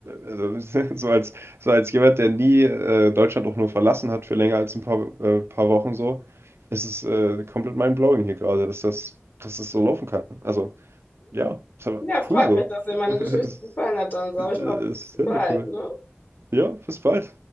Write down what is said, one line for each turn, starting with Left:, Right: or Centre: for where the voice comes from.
Right: also, <laughs> so als, so als jemand, der nie äh, Deutschland auch nur verlassen hat für länger als ein paar, äh, paar Wochen so, ist es äh, komplett mind-blowing hier gerade, dass das, dass das so laufen kann. Also, ja, ist aber
Left: Ja, freut
Right: cool so.
Left: mich, dass
Right: <laughs>
Left: dir meine
Right: Es
Left: Geschichte
Right: ist,
Left: gefallen hat. Dann sage
Right: äh,
Left: ich mal, bis
Right: es ist sehr,
Left: bald,
Right: sehr cool.
Left: ne?
Right: Ja, bis bald.